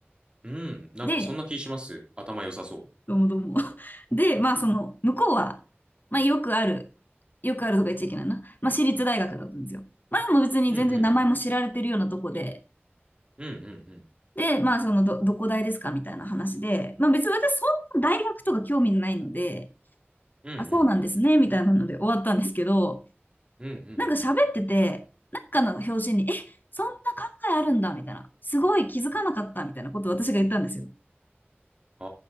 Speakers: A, on the right; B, on the left.
A: うん。うん、なんかそんな気します。
B: で、
A: 頭良さそう。
B: どうもどうも。<laughs> で、まあ、その、向こうは、まあ、よくある、よくあるとか言っちゃいけないな。まあ、私立大学だったんですよ。まあ、でも別に全然名前も知られてるようなとこで、
A: うん、うん、うん。うん、うん、うん。
B: で、まあ、その、ど、どこ大ですかみたいな話で、まあ、別に私、そんな大学とか興味ないので、
A: うん、うん、
B: あ、
A: うん。
B: そうなんですね、みたいなので終わったんですけど、
A: うん、うん、うん。
B: なんか喋ってて、なんかの表紙に、え、そんな考えあるんだ、みたいな。すごい気づかなかった、みたいなことを私が言ったんですよ。
A: あ